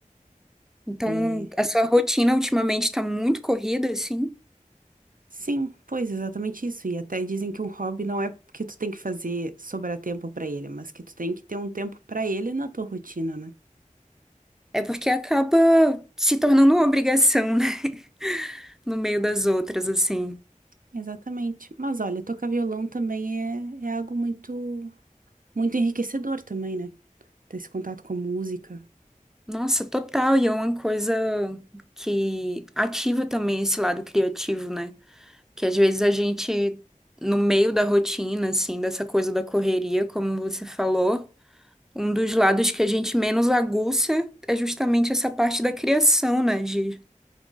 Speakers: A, in the centre; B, on the right.
A: Então,
B: E
A: a sua rotina ultimamente está muito corrida, assim,
B: sim, pois exatamente isso. E até dizem que um hobby não é que tu tem que fazer sobrar tempo pra ele, mas que tu tem que ter um tempo pra ele na tua rotina, né?
A: é porque acaba se tornando uma obrigação, né? <laughs> No meio das outras, assim.
B: Exatamente. Mas olha, tocar violão também é, é algo muito, muito enriquecedor também, né? Ter esse contato com a música.
A: Nossa, total, e é uma coisa que ativa também esse lado criativo, né? que às vezes a gente, no meio da rotina, assim, dessa coisa da correria, como você falou, um dos lados que a gente menos aguça é justamente essa parte da criação, né? De,